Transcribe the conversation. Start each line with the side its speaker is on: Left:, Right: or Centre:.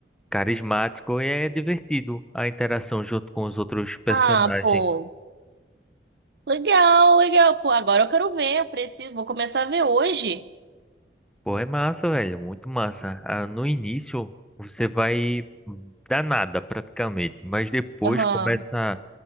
Centre: carismático e é divertido a interação junto com os outros personagens.
Right: Ah, pô. Legal, legal. Pô, agora eu quero ver. Eu preciso, vou começar a ver hoje.
Centre: Pô, é massa, velho, muito massa. Ah, no início você vai dar nada praticamente, mas depois
Right: Aham.
Centre: começa